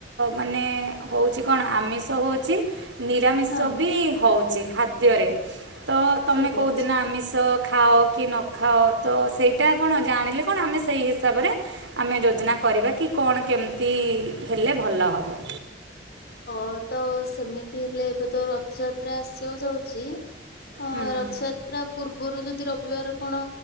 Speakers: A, on the right; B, on the left.
A: ମାନେ ହଉଛି କଣ ଆମିଷ ହଉଛି। ନିରାମିଷ
B: ହଁ
A: ବି ହଉଛି ଖାଦ୍ୟରେ ତ ତମେ
B: ଠିକ
A: କଉଦିନ
B: ଅଛି।
A: ଆମିଷ ଖାଅ କି ନ ଖାଅ ତ ସେଇଟା କଣ ଜାଣିଲି କଣ ଆମେ ସେଇ ହିସାବରେ ଆମେ ଯୋଜନା କରିବା କି କଣ କେମିତି ହେଲେ ଭଲ ହବ।
B: ଓ ତ ସେମିତି ହେଲେ ଏବେ ତ ରଥଯାତ୍ରା ଆସିବାକୁ ଯାଉଛି। ଅ
A: ହୁଁ।
B: ରଥଯାତ୍ରା। ପୂର୍ବରୁ ଯଦି ରବିବାର କଣ